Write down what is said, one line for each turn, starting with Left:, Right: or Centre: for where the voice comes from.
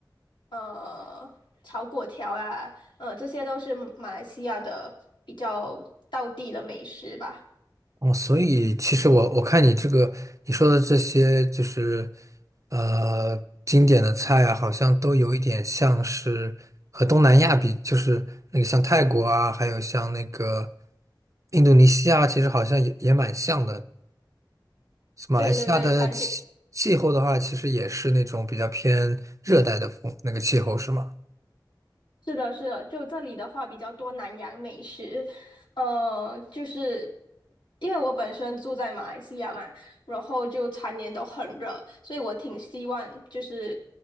Left: 呃，炒粿条啊，呃，这些都是马来西亚的比较道地的美食吧。
Right: 哦，所以其实我我看你这个你说的这些就是呃经典的菜啊，好像都有一点像是和东南亚比，就是那个像泰国啊，还有像那个印度尼西亚，其实好像也也蛮像的。马来西亚的气气候的话，
Left: 对对对，感觉。
Right: 其实也是那种比较偏热带的风那个气候，是吗？
Left: 是的，是的，就这里的话比较多南洋美食，呃，就是因为我本身住在马来西亚嘛，然后就常年都很热，所以我挺希望就是